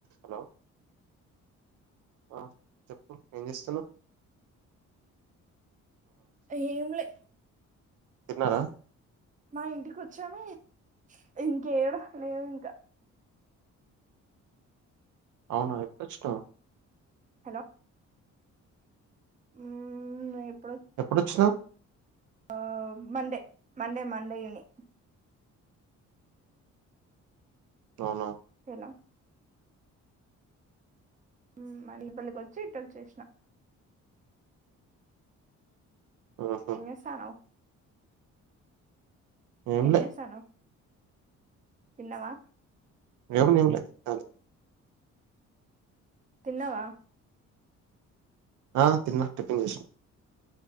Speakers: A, on the right (about 80°); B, on the right (about 25°).
A: Hello హ చెప్పు ఏం చేస్తున్నవ్
B: ఏమ్ లే
A: తిన్నార
B: మా ఇంటికి వచ్చాము ఇంకేడా లేదు ఇంక
A: అవునా ఎప్పుడు వచ్చినావ్
B: హలో
A: ఎప్పుడొచ్చినా వ్
B: ఆ మండె మండె మండే ఈవినింగ్
A: అవున
B: హెలో ఉమ్ మని ఇబ్బందిగా వచ్చి ఇటోచ్చేసినా
A: ఆహా
B: ఎం చేస్తనవ్
A: ఏంలే
B: ఎంచేస్తనవ్ తిన్నవ
A: ఏం తిన్లే అది
B: తిన్నవ
A: ఆ తిన్న టిఫిన్ చేసిన